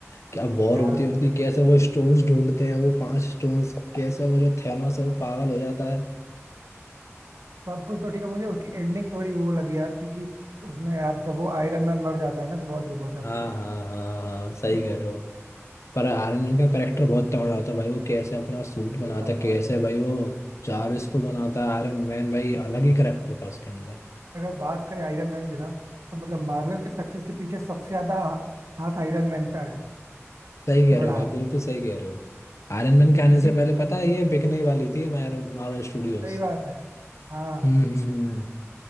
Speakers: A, on the left (about 65°); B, on the right (about 80°).
A: क्या वॉर
B: यार
A: होती है उनकी कैसे वो स्टोन्स ढूंढते हैं वो पांच स्टोन्स कैसे वो जो थैनोस है वो पागल हो जाता है
B: सब कुछ तो ठीक है मुझे उसकी एंडिंग थोड़ी वो लगी यार क्योंकि उसमें यार जब वो आयरन मैन मर जाता है ना तो बहुत दुख होता है
A: हाँ
B: लिटरली
A: हाँ हाँ हाँ सही कह रहे हो पर आर्यन मैन का करेक्टर बहुत तगड़ा होता है भाई वो कैसे अपना सूट बनाता
B: यही बात
A: है कैसे
B: है भाई
A: भाई वो जारविस को बनाता है आयरन मैन भाई अलग ही करेक्टर था उसके अंदर
B: अगर बात करें आयरन मैन की ना तो मतलब मार्वल के सक्सेस के पीछे सबसे ज्यादा हाथ आयरन मैन का है सबसे
A: सही कह
B: बड़ा
A: रहे हो भाई
B: हाथ
A: बिल्कुल सही कह रहे हो आयरन मैन के आने
B: इसी
A: से पहले पता है ये बिकने ही वाली थी मार्वल स्टूडियोज
B: सही बात है हाँ
A: हम्म हम्म हम्म,